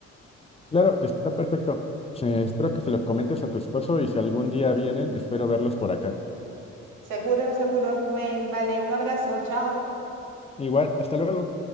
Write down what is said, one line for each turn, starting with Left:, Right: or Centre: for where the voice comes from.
Left: Claro, está perfecto. Eh, espero que se lo comentes a tu esposo y si algún día vienen, espero verlos por acá.
Right: Seguro, seguro, Rubén. Vale, un abrazo. Chao.
Left: Igual, hasta luego.